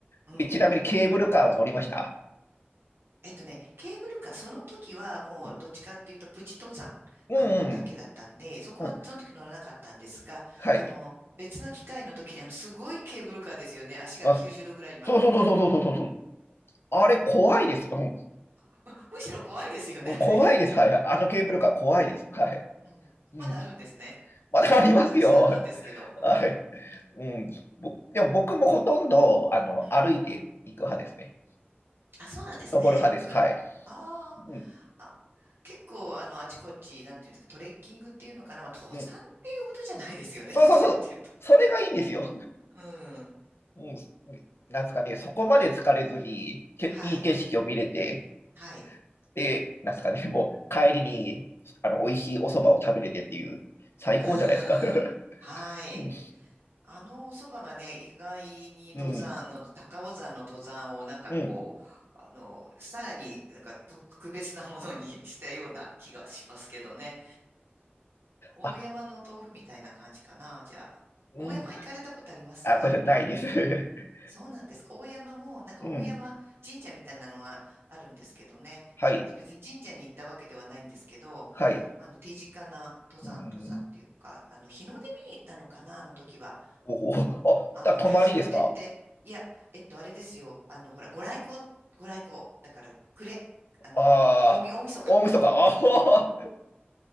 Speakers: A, on the right; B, on the left.
A: うん。
B: で、ちなみにケーブルカーは乗りました
A: えっとね、ケーブルカー、その時はもうどっちかっていうとプチ登山、
B: うんうんうん。
A: あの、だけだったんで、そこはその時乗らなかったんですが、
B: うん。はい。
A: あの、別の機会の時に、あの、すごいケーブルカーですよね。足が90度ぐらいに曲がる。
B: あ、そうそうそうそうそうそうそう。あれ、怖いです。うん。
A: <laughs> むしろ怖いですよね、
B: うん怖いです。
A: あれ。
B: はい。あのケーブルカー怖いです。はい。
A: うん。
B: うん。
A: まだあるんですね。
B: まだありますよ。
A: 結構昔だったんですけど、うん。
B: はい。うん、ぼでも僕もほとんどあの歩いていく派ですね。
A: うん。あ、そうなんですね。
B: 登る派です。
A: くる、
B: はい。
A: あー
B: うん、
A: あ結構、あの、あちこち、なんていうんですか、トレッキングっていうのかな、まあ、登山っていうほどじゃないですよね、
B: うん。そうそうそう。
A: どっちかっていうと。
B: それがいいんですよ。
A: うん。
B: うん。なんですかね、そこまで疲れずに、けいい景色を見れて、
A: はい。はい。
B: で、なんですかね、もう帰りにあの美味しいお蕎麦を食べれてっていう、最高じゃないですか。
A: うんうんうん。
B: <laughs>
A: はい。
B: うん、
A: あのおそばがね、意外に登山の、
B: うん、
A: 高尾山の登山をなんかこう、
B: うん。
A: あの、さらになんかと特別なものに <laughs> したような気がしますけどね。大山の豆腐みたいな感じかな、
B: あ、
A: じゃあ。
B: うん、
A: 大山行かれたことあります
B: あ、これじゃないです。<laughs>
A: そうなんですか。大山も、なんか大山神社みたいなのがあるんですけどね。
B: うん、はい、
A: 別に神社に行ったわけではないんですけど、
B: はい。
A: あの、手近な登山、
B: うん、
A: 登山っていうか、あの、日の出見に行ったのかな、あの時は。
B: おお、あ、
A: あの、
B: だ泊まりですか
A: はい、日の出って、いや、えっと、あれですよ。あの、ほら、ご来光、ご来光。だから、暮れ。あの、
B: ああ、
A: 大み、大晦日。
B: 大晦日。ああ、
A: うん。